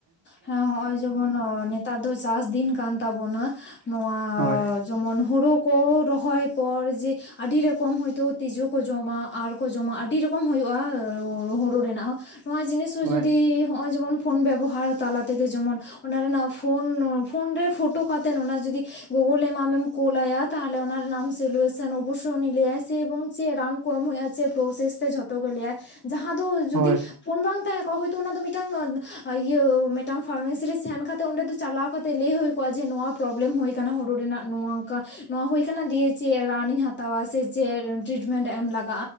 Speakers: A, on the left (about 30°); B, on the right (about 55°).
A: ᱦᱮᱸ ᱦᱚᱜᱼᱚᱭ ᱡᱮᱢᱚᱱ ᱱᱮᱛᱟᱨ ᱫᱚ ᱪᱟᱥ ᱫᱤᱱ ᱠᱟᱱ ᱛᱟᱵᱚᱱᱟ᱾ ᱱᱚᱣᱟ-ᱼ
B: ᱦᱳᱭ
A: ᱡᱚᱢᱚᱱ ᱦᱩᱲᱩ ᱠᱚ ᱨᱚᱦᱚᱭ ᱯᱚᱨ ᱡᱮ ᱟᱹᱰᱤ ᱨᱮᱠᱚᱢ ᱦᱳᱭᱛᱳ ᱛᱤᱡᱩ ᱠᱚ ᱡᱚᱢᱟ, ᱟᱨᱠᱚ ᱡᱚᱢᱟ ᱟᱹᱰᱤ ᱨᱮᱠᱚᱢ ᱦᱳᱭᱳᱜᱼᱟ ᱦᱳᱲᱳ ᱨᱮᱱᱟᱜ ᱦᱚᱸ᱾ ᱱᱚᱣᱟ ᱡᱤᱱᱤᱥ ᱦᱚᱸ
B: ᱦᱳᱭ
A: ᱡᱩᱫᱤ ᱦᱚᱸᱜᱼᱚᱭ ᱡᱮᱢᱚᱱ ᱯᱷᱳᱱ ᱵᱮᱵᱚᱦᱟᱨ ᱛᱟᱞᱟ ᱛᱮᱜᱮ ᱡᱚᱢᱚᱱ ᱚᱱᱟ ᱨᱮᱱᱟᱜ ᱯᱷᱳᱱ-ᱯᱷᱳᱱ ᱨᱮ ᱯᱷᱳᱴᱳ ᱠᱟᱛᱮᱱ ᱚᱱᱟ ᱡᱩᱫᱤ ᱜᱩᱜᱩᱞᱮᱢ ᱟᱢᱮᱢ ᱠᱳᱞᱟᱭᱟ ᱛᱟᱦᱚᱞᱮ ᱚᱱᱟ ᱨᱮᱱᱟᱜ ᱟᱢ ᱥᱮᱞᱩᱭᱮᱥᱮᱱ ᱚᱵᱚᱥᱳ ᱩᱱᱤ ᱞᱟᱹᱭᱟᱭ ᱥᱮ ᱮᱵᱚᱝ ᱪᱮᱜ ᱨᱟᱱ ᱠᱚ ᱮᱢ ᱦᱳᱭᱳᱜᱼᱟ ᱪᱮᱜ ᱯᱨᱚᱥᱮᱥ ᱛᱮ ᱡᱷᱚ ᱛᱚᱜᱮ ᱞᱮᱭᱟᱭ ᱡᱟᱦᱟᱸ ᱫᱚ ᱡᱩᱫᱤ
B: ᱦᱳᱭ
A: ᱯᱷᱳᱱ ᱵᱟᱝ ᱛᱟᱦᱮᱸ ᱠᱚᱜᱼᱟ ᱦᱳᱭᱛᱳ ᱚᱱᱟ ᱫᱚ ᱢᱤᱫᱴᱟᱝ ᱤᱭᱟᱹ ᱢᱮᱫᱴᱟᱝ ᱯᱷᱟᱨᱢᱮᱥᱤ ᱨᱮ ᱥᱮᱱ ᱠᱟᱛᱮᱜ ᱚᱸᱰᱮ ᱫᱚ ᱪᱟᱞᱟᱣ ᱠᱟᱛᱮᱜ ᱞᱮ ᱦᱳᱭ ᱠᱚᱜᱼᱟ ᱡᱮ ᱱᱚᱣᱟ ᱯᱨᱚᱵᱞᱮᱢ ᱦᱳᱭ ᱠᱟᱱᱟ ᱦᱳᱲᱳ ᱨᱮᱱᱟᱜ ᱱᱚᱭᱟ ᱱᱚᱣᱟ ᱚᱝᱠᱟ᱾ ᱱᱚᱣᱟ ᱦᱳᱭ ᱠᱟᱱᱟ ᱫᱤᱭᱮ ᱪᱮᱜ ᱨᱟᱱᱤᱧ ᱦᱟᱛᱟᱣᱟ ᱥᱮ ᱪᱮᱫ ᱴᱨᱤᱴᱢᱮᱱᱴ ᱮᱢ ᱞᱟᱠ